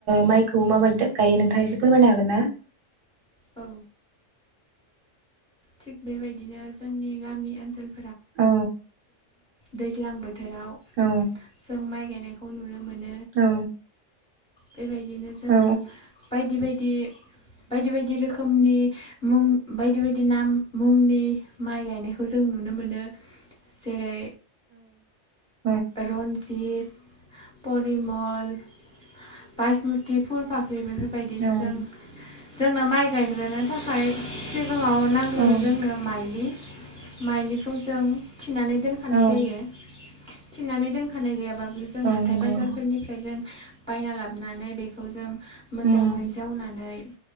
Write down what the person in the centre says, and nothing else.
औ थिग बेबायदिनो जोंनि गामि ओनसोल
दैज्लां बोथोराव
जों माइ गायनायखौ नुनो मोनो
बेबायदिनो जों
बायदि बायदि बायदि बायदि रोखोमनि मुं बायदि बायदि नाम मुंनि माइ गायनायखौ जों नुनो मोनो जेरै
रन्जित परिमल बासमुथि फुल फाख्रि बेफोरबायदिनो
जों जोंना माइ गायग्रोनो थाखाय सिगाङाव नांग्रोगोन
जोंनो माइलि माइलिखौ जों थिनानै दोनखानाय
जायो थिननानै दोनखानाय गैयाबाब्लो जों
हाथाय
बाजारफोरनिफ्राय जों बायना लाबनानै बेखौ जों मोजाङै
जावनानै